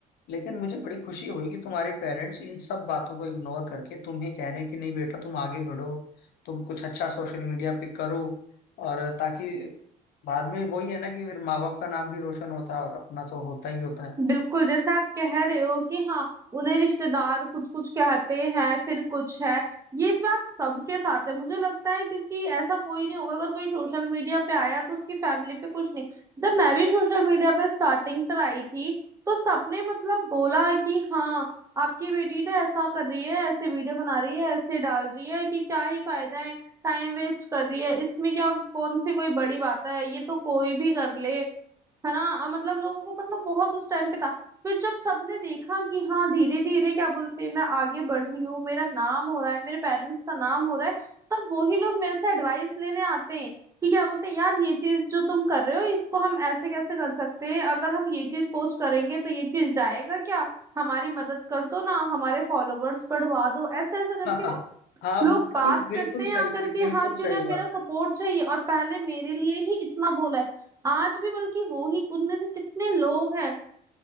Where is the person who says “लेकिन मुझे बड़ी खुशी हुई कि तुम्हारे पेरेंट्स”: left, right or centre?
Left